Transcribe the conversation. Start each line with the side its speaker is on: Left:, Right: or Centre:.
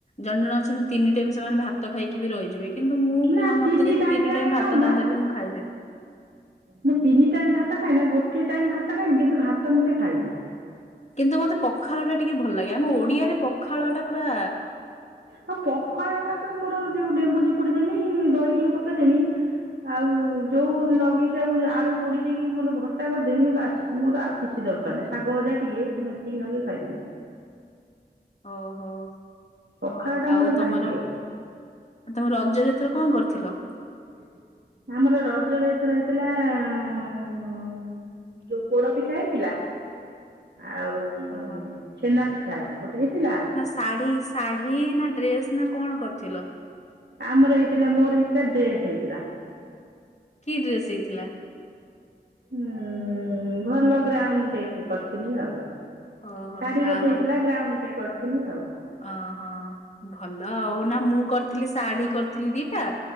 Left: ଜଣେ ଜଣେ ଅଛନ୍ତି ତିନି ଟାଇମ୍ ସେମାନେ ଭାତ ଖାଇକି ବି ରହିଯିବେ କିନ୍ତୁ ମୁଁ ବି
Right: ନା
Left: ମୋତେ ଯଦି ତିନି
Right: ଆମେ
Left: ଟାଇମ୍ ଭାତ
Right: ଖାଉନା
Left: ନଦେଲେ ମୁଁ ଖାଇଦେବି।
Right: ମୁଁ ତିନି ଟାଇମ୍ ଭାତ ଖାଏନା ଗୋଟିଏ ଟାଇମ୍ ଭାତ ଖାଇମି କିନ୍ତୁ ଭାତ ମୁଳଠେ ଖାଇମି।
Left: କିନ୍ତୁ ମତେ ପଖାଳଟା ଟିକେ ଭଲ ଲାଗେ। ଆମ ଓଡିଆରେ ପଖାଳଟା ପୁରା
Right: ହଁ ପଖାଳଟା ତ ମୋର ଯୋଉ ଲେମ୍ବୁ ଚିପୁଡି ଦେମି ଦହି ଟିକେ ପକେଇଦେମି ଆଉ ଯୋଉ ଲଗେଇ ଖିଆକୁ ଆଳୁ ପୋଡି ଦେଇକି ମୋର ଭର୍ତା କରିଦେମି ବାସ୍ ମୋର ଆଉ କିଛି ଦରକାର ନାଇଁ ଶାଗ ଭଜା ଟିକେ ମୁଁ ଏତିକି ନଗେଇ ଖାଇଦେବି।
Left: ଓହୋ
Right: ପଖାଳଟା
Left: ହୋଉ ଆଉ
Right: ମୋର
Left: ତମର
Right: ଭାରି ପ୍ରିୟ
Left: ଆଉ ତମେ ରଜରେ ଏଥର କଣ କରିଥିଲ?
Right: <inaudible> ଆମର ରଜରେ ଏଥର ହେହିଥିଲା ଆଁ ଓଁ। ଉଁ ଯୋଉ ପୋଡ ପିଠା ହେଇଥିଲା ଆଉ
Left: ଓ ହଁ।
Right: ଛେନା ପିଠା ଗୋଟେ ହେଇଥିଲା।
Left: ଶାଢୀ ଶାଢୀ ନା ଡ୍ରେସ ନା କଣ କରିଥିଲ?
Right: ଆମର ହେଇଥିଲା ମୋର ହେଇଥିଲା ଡ୍ରେସ ହେଇଥିଲା।
Left: କି ଡ୍ରେସ ହେଇଥିଲା?
Right: ହୁଁ ଭଲ ଗ୍ରାଉଣ୍ଡ ଟେ କରିଥିନି ଆଉ।
Left: ଓହୋ
Right: ଶାଢୀ
Left: ଯାହା
Right: ଗୋଟେ ହେଇଥିଲା ଗ୍ରାଉଣ୍ଡ ଟେ କରିଥିନି ଆଉ।
Left: ଓହ ଭଲ ଆଉ ନା ମୁଁ କରିଥିଲି ଶାଢୀ କରିଥିଲି ଦିଟା